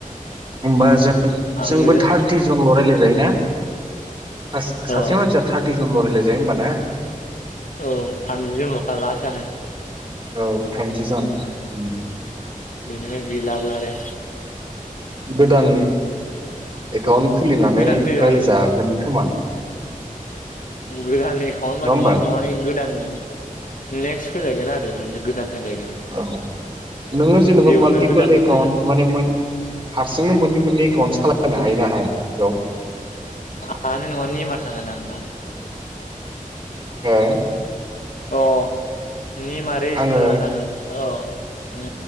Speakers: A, on the right; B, on the left.
A: होनबा
B: आं
A: जोंबो
B: मोजां
A: थारटि जनल' रायलाय जायो ना? सासे
B: औ
A: मानसिया थार्टि जनल रायलाय जायो होनबा ना?
B: औ थामजि जनलखा लासानो
A: औ थामजि जन ओम
B: बेनि <unintelligible> गैलाबो आरो
A: गोदान एकाउन्ट खुलिनानै
B: गोदान फैबामोन
A: रायजागोन खोमा
B: गोदान एकाउन्ट
A: नङा
B: मानि
A: होमबा
B: माने गोदान नेक्स्ट फैलायगोन आरो बिदिनो गोदान फैलायगोन
A: औ नोङो जेनेबा
B: बेयावनो
A: माल्टिपोल
B: गोदानबो
A: एकाउन्ट
B: फैगोन
A: माने मोन हारसिंनो मोननै मोननै एकाउन्ट सालायनो हायो ना हाया बेयाव?
B: हानाय नङा नेमा थागोन ना <unintelligible>
A: उम
B: अ नेमा रेजिस्टार
A: आङो
B: जानानै थागोन औ उम